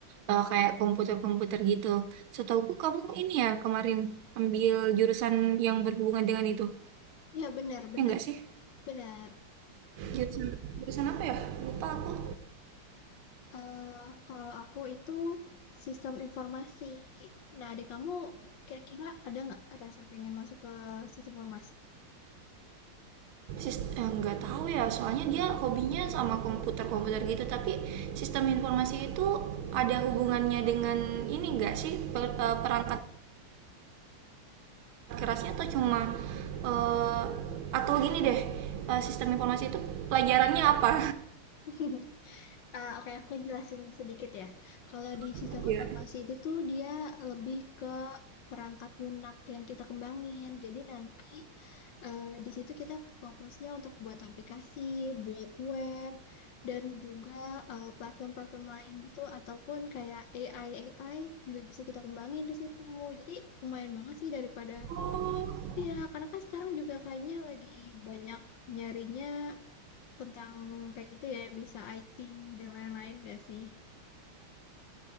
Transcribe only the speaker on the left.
ya benar, benar,
benar.
Eh, kalau aku itu sistem informasi. Nah, adik kamu kira-kira ada nggak rasa pengen masuk ke sistem informasi?
<laughs> Eh, oke, aku jelasin sedikit ya. Kalau di
sistem
informasi itu tuh dia lebih ke perangkat lunak yang kita kembangin. Jadi nanti eh, di situ kita fokusnya untuk buat aplikasi, buat web, dan juga eh, platform-platform lain gitu, ataupun kayak AI AI juga bisa kita kembangin di situ. Jadi lumayan banget sih daripada
ya karena kan sekarang juga kayaknya lagi banyak nyarinya tentang kayak gitu ya bisa IT dan lain-lain gak sih?